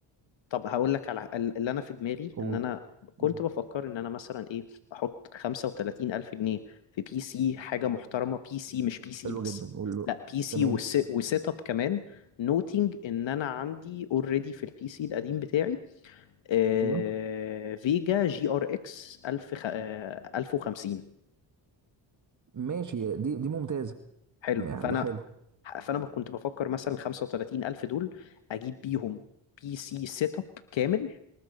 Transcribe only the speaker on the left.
طب هقول لك على ال- اللي انا في دماغي
ان انا
كنت بفكر ان انا مثلا ايه احط 35 الف جنيه في بي سي حاجه محترمه بي سي مش بي سي
بس
لا بي سي
وس- وسيت اب كمان نوتنج ان انا عندي اوريدي في البي سي القديم بتاعي آه
فيجا جي ار اكس 1000 خ- آه، 1050
حلو
فانا
فانا كنت بفكر مثلا 35 الف دول اجيب بيهم بي سي سيت اب كامل